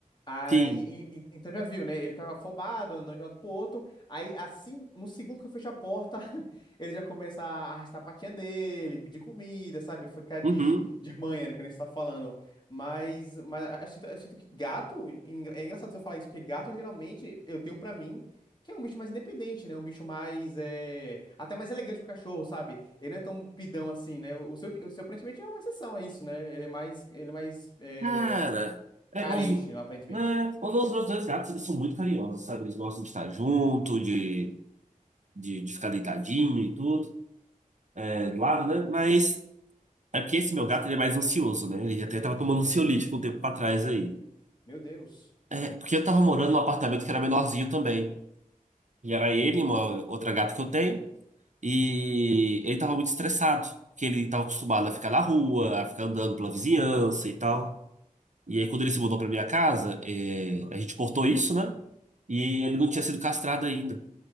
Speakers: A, on the left; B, on the right.
A: Ah,
B: Sim.
A: e- e- e- então já viu, né? Ele fica afobado, andando de um lado pro outro. Aí, assim, no segundo que eu fecho a porta, <laughs> ele já começa a arrastar a patinha dele, pedir comida, sabe? Ficar de,
B: Uhum.
A: de manha, né? Quando a gente tá falando. Mas, mas eu sinto, eu sinto que gato, engra- é engraçado você falar isso, porque gato geralmente eu tenho pra mim. Que é um bicho mais independente, né? Um bicho mais. É... Até mais elegante que o cachorro, sabe? Ele não é tão pidão assim, né? O seu, o seu aparentemente é uma exceção a isso, né? Ele é mais, ele é mais é...
B: Cara, é,
A: carente,
B: os,
A: aparentemente.
B: né, os meus dois gatos, eles são muito carinhosos, sabe? Eles gostam de estar junto, de de, de ficar deitadinho e tudo, é, do lado, né? Mas é porque esse meu gato ele é mais ansioso, né? Ele até tava tomando ansiolítico um tempo pra trás aí.
A: Meu Deus.
B: É, porque eu tava morando num apartamento que era menorzinho também. E era ele, e uma outra gata que eu tenho, e ele tava muito estressado, porque ele tava acostumado a ficar na rua, a ficar andando pela vizinhança e tal. E aí, quando ele se mudou pra minha casa, é, a gente cortou isso, né? E ele não tinha sido castrado ainda.